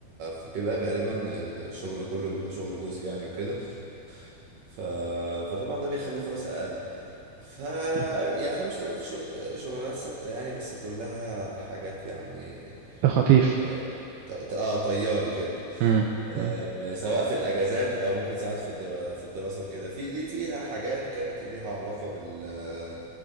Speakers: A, on the right (about 65°); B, on the right (about 80°).
A: فبيبقى غالبا الشغل كله بيبقى شغل جزئي يعني وكده ف... فطبعا ده بيخلي فرص اقل ف
B: مم.
A: يعني انا ما اشتغلتش شغ- شغلانات ثابته يعني بس كلها حاجات يعني
B: ده خطيف
A: اه ط- ط- آه، طياري كده
B: مم،
A: آه،
B: مم،
A: سواء في الاجازات او ممكن ساعات في الدرا في الدراسه وكده في ليه فيها حاجات كانت ليها علاقه بال